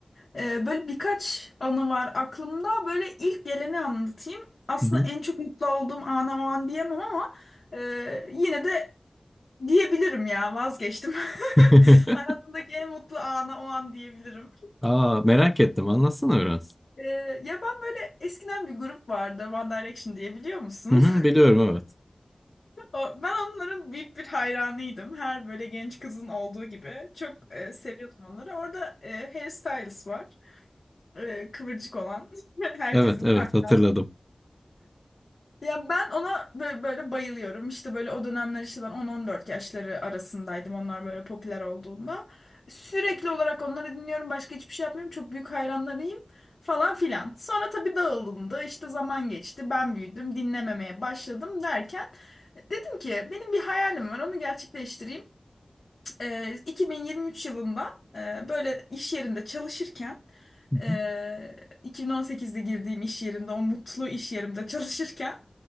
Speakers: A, on the left; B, in the centre.
A: Ee, böyle birkaç anı var aklımda. Böyle ilk geleni anlatayım. Aslında
B: hı hı.
A: en çok mutlu olduğum ana o an diyemem ama e, yine de diyebilirim ya vazgeçtim. <laughs>
B: <laughs>
A: Hayatımdaki en mutlu ana o an diyebilirim.
B: Aa, merak ettim. Anlatsana biraz.
A: Ee, ya ben böyle eskiden bir grup vardı One Direction diye biliyor musun?
B: Hı hı,
A: <laughs>
B: biliyorum evet.
A: O- Ben onların büyük bir hayranıydım. Her böyle genç kızın olduğu gibi. Çok e, seviyordum onları. Orada e, Harry Styles var. E, kıvırcık olan. <laughs>
B: <laughs>
A: Herkesin
B: Evet evet
A: hayranı.
B: hatırladım.
A: Ya ben ona böyle, böyle bayılıyorum. İşte böyle o dönemler işte ben 10-14 yaşları arasındaydım. Onlar böyle popüler olduğunda. Sürekli olarak onları dinliyorum. Başka hiçbir şey yapmıyorum. Çok büyük hayranlarıyım falan filan. Sonra tabii dağılındı. İşte zaman geçti. Ben büyüdüm. Dinlememeye başladım derken e, dedim ki benim bir hayalim var. Onu gerçekleştireyim e, 2023 yılında e, böyle iş yerinde çalışırken
B: Hı
A: e, 2018'de girdiğim iş yerinde o mutlu iş yerimde çalışırken